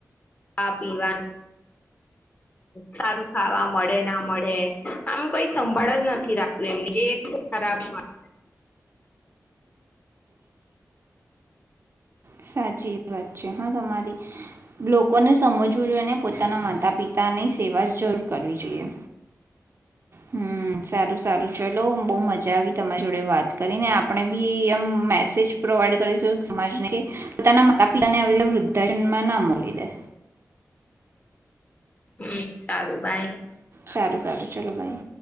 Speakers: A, on the left (about 30°); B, on the right (about 45°).
A: ખાવા-પીવાનું. સારું ખાવા મળે, ના મળે, આમ કઈ સંભાળ જ નથી રાખ્યું એમની જે ખરાબ વાત.
B: સાચી વાત છે. હા, તમારી લોકોને સમજવું જોઈએ ને પોતાના માતા-પિતા ની સેવા જરૂર કરવી જોઈએ. હમ્મ, સારું સારું. ચાલો, બહુ મજા આવી તમારી જોડે વાત કરીને. આપણેે બી એમ મેસેજ પ્રોવાઈડ કરીશું સમાજને કે પોતાના માતા પિતાને હવે વૃદ્ધાશ્રમ ના મોકલી દે.
A: હમ્મ, સારું બાય.
B: સારું સારું ચાલો બાય.